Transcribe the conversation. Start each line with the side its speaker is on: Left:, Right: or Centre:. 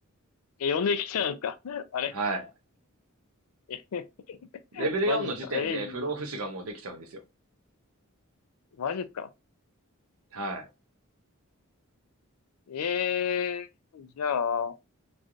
Left: え、呼んできちゃうんですか <laughs> あれ
Right: はい。
Left: え、<laughs>
Right: レベル4の時点で不老不死がもうできちゃうんですよ。
Left: マジっすかえー、マジっすか
Right: はい。
Left: えー、じゃあ、